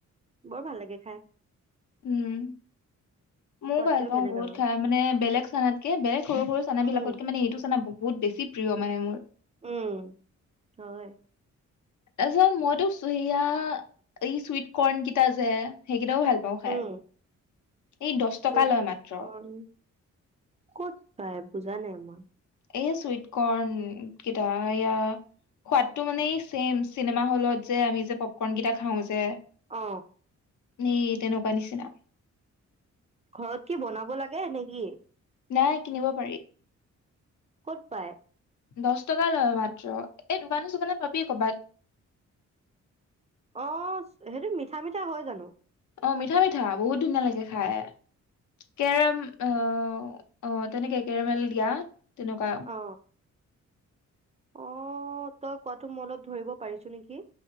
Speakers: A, on the right; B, on the left.
A: বৰ ভাল লাগে খাই।
B: উমম। মও
A: সোৱাদটোৱে
B: ভাল পাওঁ
A: বেলেগ
B: বহুত
A: আৰু
B: খাই। মানে বেলেগ চানাতক কে বেলেগ সৰু সৰু চানা
A: উম
B: বিলাকতক কে মানে এইটো চানা। বহুত বেছি প্ৰিয় মানে মোৰ।
A: উম, হয়।
B: তাৰপিছত মইটো সেয়াআ এই চুইট কৰ্ণ কিটা যে। সেইকেইটাও ভাল পাওঁ খাই।
A: উম।
B: এই দহ টকা
A: চুইট
B: লয় মাত্ৰ
A: কৰ্ণ, ক'ত পায় বুজা নাই মই। উম
B: এইয়া চুইট কৰ্ণ কেইটা, এয়া সোৱাদটো মানে ছেম চিনেমা হলত যে আমি যে পপকৰ্ণ কেইটা খাওঁ যে।
A: অ।
B: নেই তেনেকুৱা নিচিনা।
A: ঘৰত কি বনাব লাগে নে কি?
B: নাই কিনিব পাৰি।
A: ক'ত পায়?
B: দহ টকা লয় মাত্ৰ এই দোকানে চোকানে পাবি কৰবাত।
A: অ' সেইটো মিঠা মিঠা হয় জানো?
B: অ মিঠা মিঠা বহুত ধুনীয়া লাগে। খাই কেৰম অঅ তেনেকে কেৰমেল দিয়া। তেনেকুৱা।
A: অ অ' তই কোৱাটো মই অলপ ধৰিব পাৰিছো নেকি?